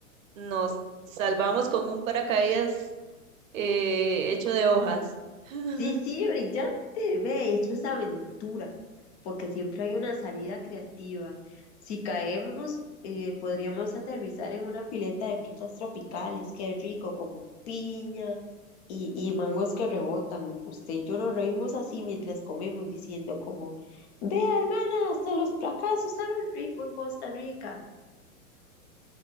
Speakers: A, on the right (about 65°); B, on the left (about 50°).
A: Nos salvamos
B: mm.
A: con un paracaídas eh, hecho de hojas. <laughs>
B: sí, sí, brillante, ve, esto es aventura, porque siempre hay una salida creativa. Si caemos, eh, podríamos aterrizar en una pileta de frutas tropicales, qué rico, como piña y, y mangos que rebotan. Usted y yo nos reímos así mientras comemos, diciendo como, vea, hermana, hasta los fracasos saben rico en Costa Rica.